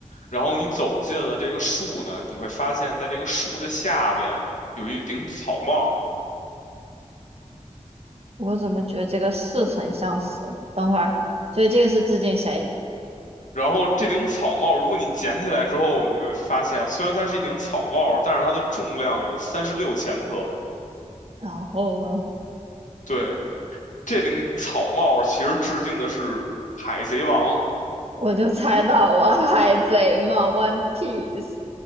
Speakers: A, on the left; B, on the right.
A: 然后你走进了这个树呢，你会发现在这个树的下边有一顶草帽。
B: 我怎么觉得这个似曾相识？等会儿，所以这个是致敬谁？
A: 然后这顶草帽，如果你捡起来之后，你会发现，虽然它是一顶草帽，但是它的重量有三十六千克。
B: 然后呢，
A: 对，这顶草帽其实致敬的是《海贼王》。
B: 我就猜到我海贼嘛，One Piece。